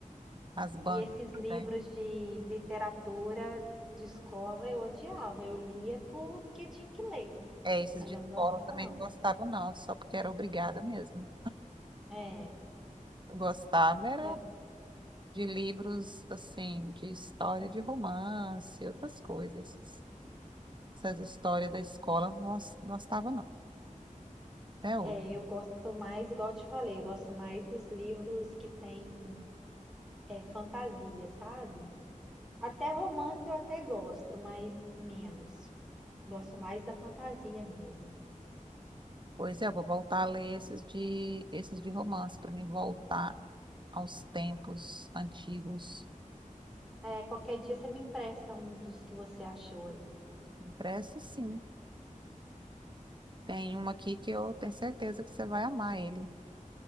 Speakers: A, on the right; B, in the centre.
A: As bancas
B: e esses
A: também.
B: livros de literatura de escola eu odiava. Eu lia porque tinha que ler,
A: É, esses
B: mas
A: de
B: eu
A: escola
B: não gostava,
A: também
B: não.
A: não gostava, não, só porque era obrigada mesmo.
B: É,
A: Eu gostava era
B: era,
A: de livros, assim, de história de romance, outras coisas. Esses- Essas histórias da escola eu não gos- gostava, não, até hoje.
B: é, eu gosto mais, igual eu te falei, eu gosto mais dos livros que tem é, fantasia, sabe? Até romance eu até gosto, mas menos. Gosto mais da fantasia mesmo.
A: Pois é, eu vou voltar a ler esses de, esses de romance, para mim voltar aos tempos antigos.
B: É, qualquer dia você me empresta um dos que você achou aí.
A: Impresso, sim. Tem uma aqui que eu tenho certeza que você vai amar ele.